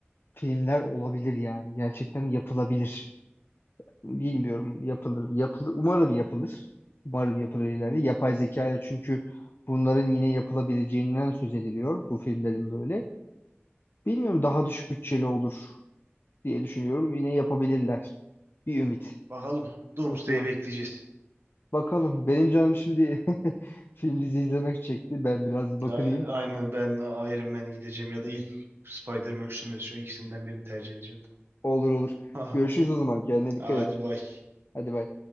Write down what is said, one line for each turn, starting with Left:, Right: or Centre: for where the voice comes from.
Left: filmler olabilir yani. Gerçekten yapılabilir. Bilmiyorum yapılır mı? Yapılır. Umarım yapılır. Umarım yapılır ileride. Yapay zeka ile çünkü bunların yine yapılabileceğinden söz ediliyor bu filmlerin böyle. Bilmiyorum daha düşük bütçeli olur diye düşünüyorum. Yine yapabilirler. Bir ümit.
Right: Bakalım. Doomsday'i
Left: Bakıyorum.
Right: bekleyeceğiz.
Left: Bakalım. Benim canım şimdi <laughs> film dizi izlemek çekti. Ben biraz bakınayım.
Right: Aynen, aynen ben Iron Man'e gideceğim ya da ilk Spider-Man üçlemesi şu ikisinden birini tercih edeceğim.
Left: Olur olur.
Right: Aha.
Left: Görüşürüz o zaman. Kendine dikkat
Right: Hadi
Left: et.
Right: bay.
Left: Hadi bay.